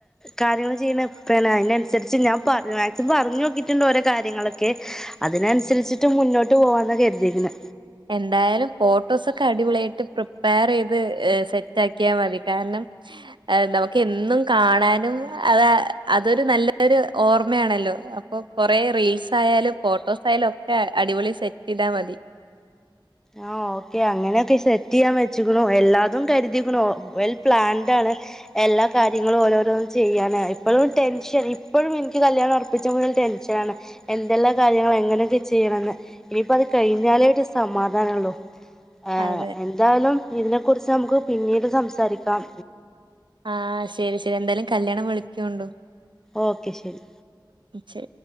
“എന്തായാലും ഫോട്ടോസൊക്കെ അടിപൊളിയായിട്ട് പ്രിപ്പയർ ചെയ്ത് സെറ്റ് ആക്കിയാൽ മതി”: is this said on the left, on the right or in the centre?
Right